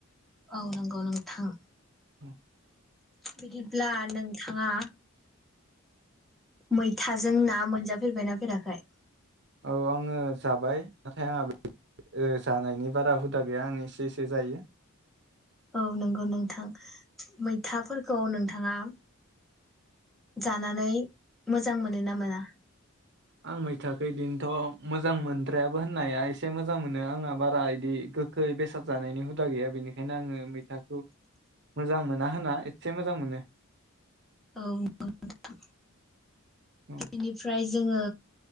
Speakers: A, in the centre; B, on the right.
A: औ नंगौ नोंथां
B: अ'
A: बिदिब्ला नोंथाङा? मैथाजों ना मोनजा फेरबायना? बेेराखाय?
B: औ आङो जाबाय नाथाय आंहा ओ जानायनि बारा हुदा गैया आं एसे एसे जायो।
A: औ नंगौ नोंथां मैथाफोरखौ नोंथाङा जानानै मोजां मोनो ना मोना?
B: आं मैथाखो दिनथ' मोजां मोनद्रायाबो होननाया एसे मोजां मोनो। आंहा बारा इदि गोखै बेसाद जानायनि हुदा गैया बेनिखायनो आङो मैथाखौ मोजां मोना होनना एसे मोजां मोनो।
A: औ नंगौ नोंथां
B: औ
A: बेनिफ्राय जोङो